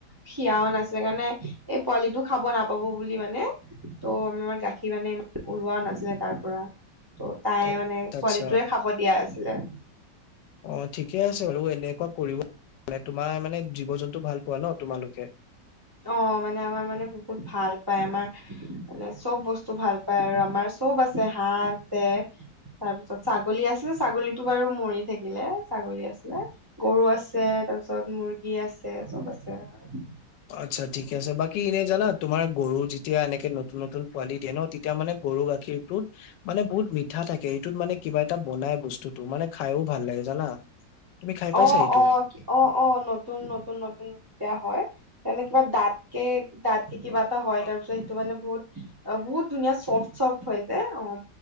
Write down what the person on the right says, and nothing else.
সিয়াও নাছিলে কাৰণে এই পোৱালিটো খাব নাপাব বুলি মানে, ত' আম আমাৰ গাখীৰ মানে ইমান ওলোৱা নাছিলে তাৰ পৰা তাই
মানে, এ
পোৱালিটোয়ে খাব দিয়া আছিলে।
অ মানে আমাৰ মানে বহুত ভাল পায়, আমাৰ মানে চব বস্তু ভাল পায় আৰু আমাৰ- চব আছে, হাঁহ আছে তাৰপিছত ছাগলী আছিলে ছাগলীতো বাৰু মৰি থাকিলে। ছাগলী আছিলে, গৰু আছে তাৰপিছত মুৰ্গী আছে চব আছে আৰু।
অঁ
অঁ অঁ অঁ নতুন নতুন নতুন যেতিয়া হয় তেনে কিবা দাঁতকে দাঁত- কিবা এটা হয়,
তাৰ পিছত সেইটো মানে বহুত অ বহুত ধুনীয়া চফ্ট চফ্ট হয় যে অঁ।